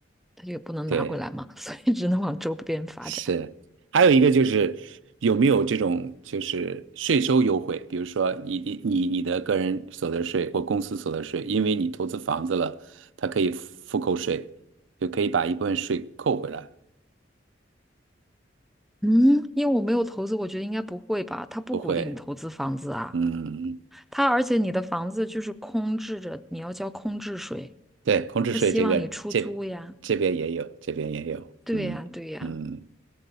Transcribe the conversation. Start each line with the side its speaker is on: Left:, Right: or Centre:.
Centre: 他就也不能拿回来嘛，
Right: 对，
Centre: <laughs> 所以只能往周边发展。
Right: 是。还有一个就是有没有这种就是税收优惠，比如说你你你你的个人所得税或公司所得税，因为你投资房子了，它可以复扣税，就可以把一部分税扣回来，
Centre: 嗯，因为我没有投资，我觉得应该不会吧？他不鼓励你投资房子啊。
Right: 不会，嗯
Centre: 他而且你的房子就是空置着，你要交空置税，
Right: 对，空置税这个这这边也有，
Centre: 他希望你出租呀。
Right: 这边也有，
Centre: 对呀，
Right: 嗯嗯，
Centre: 对呀，